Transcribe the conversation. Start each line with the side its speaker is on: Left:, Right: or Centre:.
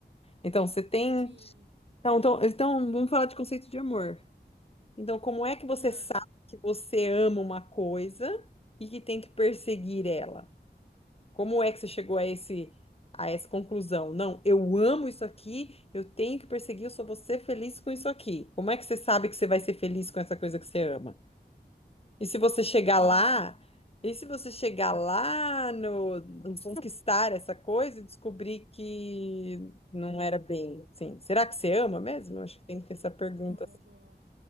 Left: Então, você tem.
Right: Sim.
Left: Então, então, então, vamos falar de conceito de amor. Então, como é que você
Right: Ah,
Left: sabe que você ama uma coisa e que tem que perseguir ela? Como é que você chegou a esse, a essa conclusão? Não, eu amo isso aqui, eu tenho que perseguir, eu só vou ser feliz com isso aqui. Como é que você sabe que você vai ser feliz com essa coisa que você ama? E se você chegar
Right: boa,
Left: lá,
Right: boa.
Left: e se você chegar lá no, no conquistar essa coisa e descobrir que não era bem assim, será que você ama mesmo? Acho que tem que ter essa pergunta.
Right: Boa,
Left: assim.
Right: boa.